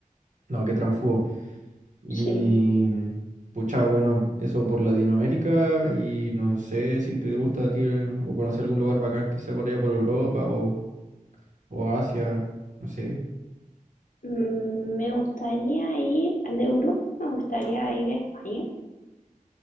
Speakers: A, on the right; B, on the left.
A: no, qué tránfugo. Y
B: Sí.
A: pucha, bueno, eso por Latinoamérica y no sé si te gusta a ti eh, o conocer algún lugar bacán que sea por allá por Europa o, o Asia, no sé.
B: Mm, Me gustaría ir, de Europa me gustaría ir a España